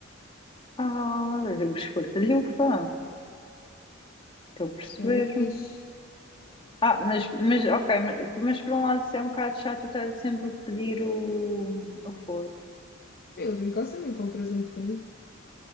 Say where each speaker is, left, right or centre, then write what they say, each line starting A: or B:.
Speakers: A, on the left (about 25°); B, on the left (about 50°).
A: Ah, os Portalhufa. Estou a perceber.
B: É muito fixe.
A: Ah, mas, mas ok, mas, mas por um lado isso é um bocado chato eu estar sempre a pedir o, o forno.
B: Eu de caso também compras um pequenito.